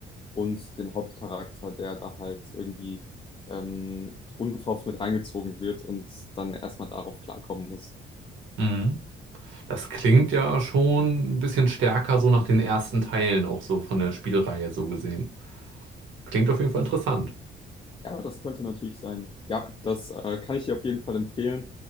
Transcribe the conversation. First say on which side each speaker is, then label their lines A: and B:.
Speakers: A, on the left; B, on the right.
A: und den Hauptcharakter, der da halt irgendwie ähm, unverhofft mit reingezogen wird und dann erstmal darauf klarkommen muss.
B: Mhm. Das klingt ja schon ein bisschen stärker so nach den ersten Teilen, auch so von der Spielreihe so gesehen. Klingt auf jeden Fall
A: Das
B: interessant.
A: Ja, das könnte natürlich sein. Ja, das äh, kann ich dir auf jeden Fall empfehlen.